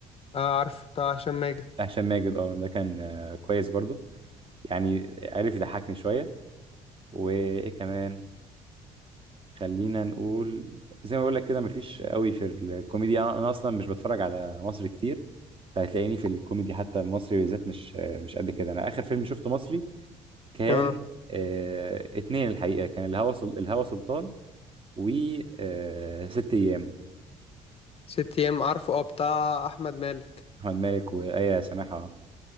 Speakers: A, on the left; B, on the right.
A: أعرف بتاع هشام ماجد
B: بتاع هشام ماجد اه ده كان آه، كويس برضو يعني عارف يضحكني شويه وايه كمان خلينا نقول زي ما بقول لك كده مفيش قوي في الكوميديا انا أنا اصلا مش بتفرج على مصر كتير فهتلاقيني في الكوميدي حتى المصري بالذات مش آه، مش قد كده انا اخر فيلم شفته مصري كان
A: اه
B: آه اتنين الحقيقة كان الهوى سل... الهوى سلطان و آه ست أيام
A: ست أيام عارفه اه بتاع أحمد مالك
B: أحمد مالك وآية سماحة